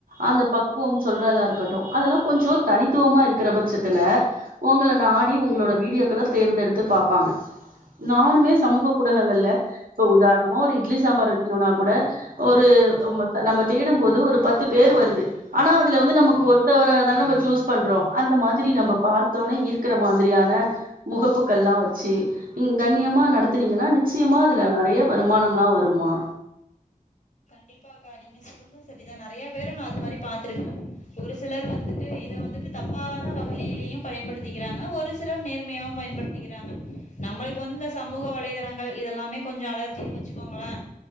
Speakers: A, on the right; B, on the left.
A: அந்த பக்குவம் சொல்றதா இருக்கட்டு அதெல்லா கொஞ்சோ தனித்துவமா இருக்கற பட்சத்துல உங்களை நாடி உங்களோட வீடியோக்களை தேர்ந்தெடுத்து பாப்பாங்க நானுமே சமூக ஊடகங்கள்ல இப்ப உதாரணமா ஒரு இட்லி சாம்பார் வைக்கணும்னா கூட ஒரு நம்ம செ தேடும் போது ஒரு பத்து பேரு வருது ஆனா அதுல வந்து நமக்கு ஒருத்தவனதானே நம்ம சூஸ் பண்றோ அந்த மாதிரி நம்ம பாத்தோனே ஈர்க்குற மாரியான முகப்புகள்லா வச்சு கண்ணியமா நடத்துனீங்கன்னா நிச்சயமா அதுல நெறைய வருமானலா வருமா
B: கண்டிப்பாக்கா நீங்க சொல்றது செரிதா நெறைய பேரும் நா அது மாதிரி பாத்துருக்கே ஒரு சிலர் வந்துட்டு இத வந்துட்டு தப்பான வகையிலயு பயன்படுத்திக்கிறாங்க ஒரு சிலர் நேர்மையாவு பயன்படுத்திக்கிறாங்க நம்மளுக்கு வந்து இந்த சமூக வலைதளங்கள் இதெல்லாமே கொஞ்சோ அலர்ஜினனு வச்சுக்கோங்களளே